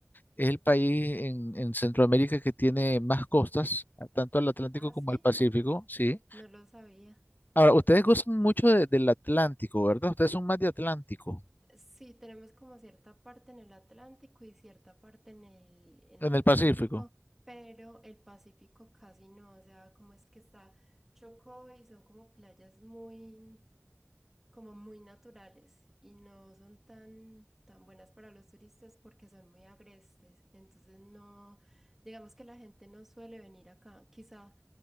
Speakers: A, on the left (about 35°); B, in the centre.
A: Es el país en, en Centroamérica que tiene más costas, a- tanto al Atlántico
B: Ah,
A: como
B: sí,
A: al Pacífico, ¿sí?
B: no lo sabía.
A: Ahora, ustedes gozan mucho de- del Atlántico, ¿verdad? Ustedes son más de Atlántico,
B: Sí, tenemos como cierta parte en el Atlántico y cierta parte en el, en
A: en
B: el
A: el
B: Pacífico,
A: Pacífico.
B: pero el Pacífico casi no, o sea, como es que está Chocó y son como playas muy, como muy naturales y no son tan, tan buenas para los turistas porque son muy agrestes, entonces no, digamos que la gente no suele venir acá, quizá